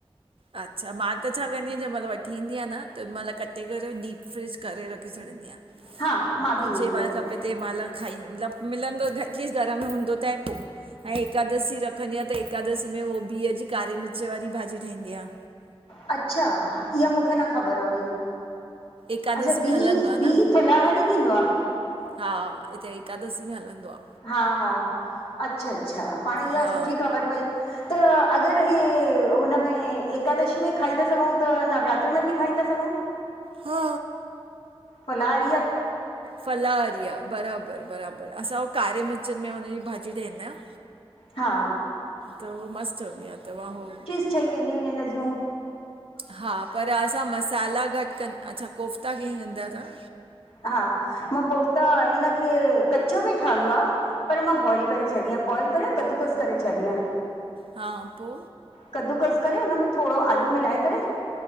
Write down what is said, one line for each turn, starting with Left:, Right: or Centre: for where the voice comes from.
Right: अच्छा, मां त छा कंदी आहियां, जंहिं महिल वठी ईंदी आहियां न तंहिं महिल कटे करे डीप फ्रिज करे रखे छॾींदी आहियां।
Left: हा मां बि ईअं
Right: जे
Left: ई
Right: महिल
Left: कंदी
Right: खपे
Left: आहियां
Right: तंहिं महिल खाई मतलबु, मिलंदो एटलीस घर में हूंदो त आहे पो ऐं एकादशी रखंदी आहियां त एकादशी में उहो बिह जी कारे मिर्च वारी भाजी ठहंदी आ।
Left: अच्छा, इहा मूंखे न ख़बर हुई।
Right: एकादशी
Left: अच्छा बीह
Right: में हलंदो आहे
Left: बी
Right: न
Left: फलाहारी थींदो आ?
Right: हा, हिते एकादशी में हलंदो आ।
Left: हा हा, अच्छा अच्छा, पाण इहा
Right: हा
Left: सुठी ख़बर पई। त अगरि हे हुनमें एकादशी में खाई था सघूं त नवरात्र में बि खाई था सघूं
Right: हा
Left: फलाहारी
Right: फलाहारी आ। बराबर बराबर, असां उ कारे मिर्चनि में हुनजी भाजी ठाहींद आहियूं।
Left: हा
Right: त उह मस्त ठहंदी आ, तहां हो
Left: ठई वेंदयूं आहिन हिन जियूं।
Right: हा पर असां मसाला घटि कनि, अच्छा कोफ्ता कीअं कंदा आयो तहां?
Left: हा, मां कोफ़्ता इनखे कचो बि ठहंदो आ। पर मां बॉइल करे छॾी आहियां, बॉइल करे कदूकस करे छॾी आहयां।
Right: हा, पो?
Left: कद्दुकस करे हुनन में थोरो आलू मिलाए करे